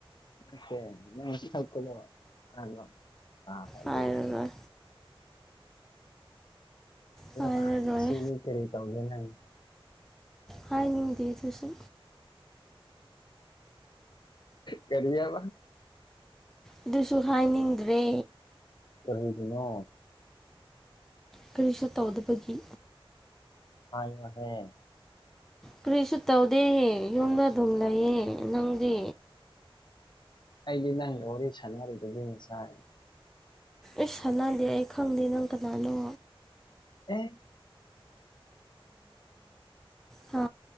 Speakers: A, on the left; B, in the centre.
A: ꯑꯦ ꯅꯪꯅ ꯊꯛꯄꯗꯣ <unintelligible>
B: ꯍꯥꯏꯔꯔꯣꯏ
A: ꯑꯂꯣ
B: ꯍꯥꯏꯔꯔꯣꯏ
A: ꯁꯤ ꯀꯔꯤ ꯇꯧꯒꯦ ꯅꯪ
B: ꯍꯥꯏ ꯅꯤꯡꯗꯤ ꯆꯁꯨ
A: ꯀꯔꯤ ꯍꯥꯏꯕ
B: ꯑꯗꯨꯁꯨ ꯍꯥꯏꯅꯤꯡꯗ꯭ꯔꯦ
A: ꯀꯁꯤ ꯅ
B: ꯀꯔꯤꯁꯨ ꯇꯧꯗꯕꯒꯤ
A: ꯍ ꯃꯅꯦꯦ
B: ꯀꯔꯤꯁꯨ ꯇꯧꯗꯦꯍꯦ ꯌꯨꯝꯗ ꯑꯗꯨꯝ ꯂꯩꯌꯦꯦ ꯅꯪꯗꯦ
A: ꯑꯩꯗꯤ ꯅꯪ ꯌꯧꯔꯤ ꯁꯅꯥꯔꯗ ꯂꯩꯁꯥꯏ
B: ꯏꯁ ꯁꯥꯟꯅꯗꯦ ꯑꯩ ꯈꯪꯗꯦ ꯅꯪ ꯀꯅꯥꯅꯣ
A: ꯑꯦ
B: ꯍꯥ